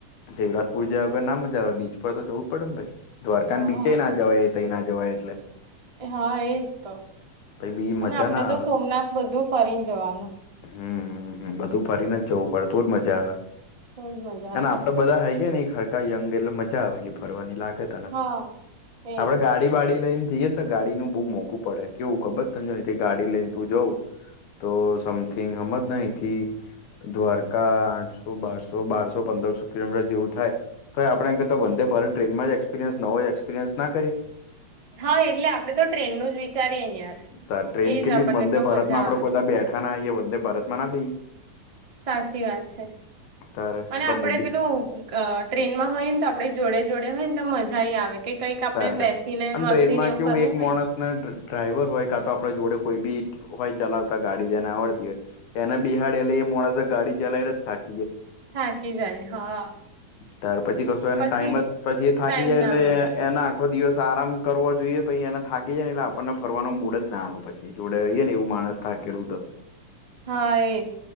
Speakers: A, on the left (about 75°); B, on the right (about 50°).
A: શિવરાતપુર જવા પણ ના મજા આવે બીચ પર તો જવું પડેમ ભઈ. દ્વારકા
B: હા
A: બીચે ના જવાય તઈ ના જવાય એટલે.
B: એ હા એજ તો.
A: પહી બી
B: અને
A: મજા
B: આપડે
A: ના
B: તો
A: આવે
B: સોમનાથ બધું ફરીને જવાનું.
A: હમ્મ, હમ્મ, હમ્મ બધું ફરીને જવું પડે તો જ મજા આવે.
B: તો જ મજા
A: ને
B: આવે
A: આપડે બધા હઈ ગયા ને હરકા યંગ એટલે મજા આવેલી ફરવાની લાગે તને
B: હા એજ
A: આપડે ગાડી વાડી લઈન જઈને તો ગાડીનું બહુ મોંઘું પડે કેવું ખબર તને અઈથી ગાડી લઈને તું જઉ તો સમથિંગ હમ જ ના અહીથી દ્વારકા આઠસો બારસો બારસો પ દરશો કિલોમીટર જેવું થાય. તોએ આપણે એમ કરતા તો વંદે ભારત ટ્રેનમાં જ એક્સપિરિયન્સ નવો એક્સપિરિયન્સ ના કરીએ?
B: હા એટલે આપડે તો ટ્રેનનું જ વિચારીએે ને યાર.
A: તાર ટ્રેન
B: એજ
A: કેટલી
B: આપણને
A: વંદે
B: તો
A: ભારતમાં
B: મજા
A: આપડે
B: આવે.
A: કોઈ દા બેઠા ના આઈએ વંદે ભારતમાં ના બેહીએ.
B: સાચી વાત છે.
A: તારે
B: અને
A: આપડા
B: આપડે
A: મોદી
B: પેલું ગ ટ્રેનમાં હોય ને તો આપણે જોડે જોડે હોય ને તો મજાઈ આવે. કે કંઈક આપડે
A: સર
B: બેસીને
A: અને
B: મસ્તીને
A: ટ્રેનમાં
B: એવું
A: કેવું
B: કરવું
A: એક
B: હોય
A: માણસને
B: ને.
A: ડ્ર- ડ્રાઈવર હોય કા તો આપડ જોડે કોઈ બી હોય ચલાવતા ગાડી જેને આવડતી હોય એને બિહાડ એ લ મોડાસા ગાડી ચાલાયલા થાય.
B: થાકી જાય હા.
A: ત્યાર પછી કશો એને
B: પછી
A: ટાઈમ જ પછી એ થાકી
B: ટાઈમ
A: જાય
B: ના
A: એટલે
B: મળે
A: એ એના આખો દિવસ આરામ કરવા જોઈએ પછી એને થાકી જાય ને એટલે આપણને ફરવાનો મૂડ જ ના આવે પછી જોડે હોઈએ ને એવું માણસ થાકેલું તો.
B: હા એજ